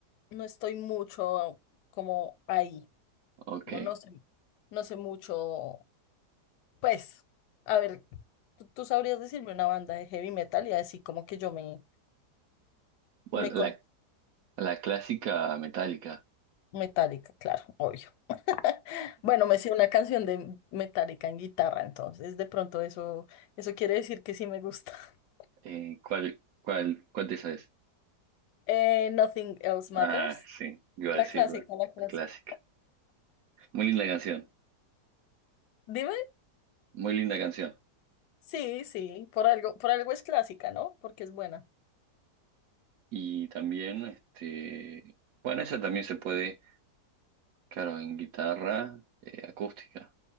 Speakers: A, on the left; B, on the right.
A: no estoy mucho como ahí.
B: ok.
A: Como no sé, no sé mucho. Pues, a ver, ¿tú, tú sabrías decirme una banda de heavy metal y así como que yo me,
B: Bueno,
A: me
B: la, la clásica metálica,
A: Metallica, claro, obvio. <laughs> Bueno, me sé una canción de Metallica en guitarra, entonces de pronto eso, eso quiere decir que sí me gusta. <laughs>
B: <laughs> eh, ¿cuál, cuál, cuál te sabes?
A: Eh, Nothing Else
B: Ah,
A: Matters,
B: sí, iba
A: la
B: a decirla,
A: clásica, la clásica.
B: la clásica. Muy linda canción,
A: Dime,
B: muy linda canción.
A: sí, sí, por algo, por algo es clásica, ¿no? Porque es buena.
B: Y también, este, bueno, esa también se puede, claro, en guitarra eh, acústica,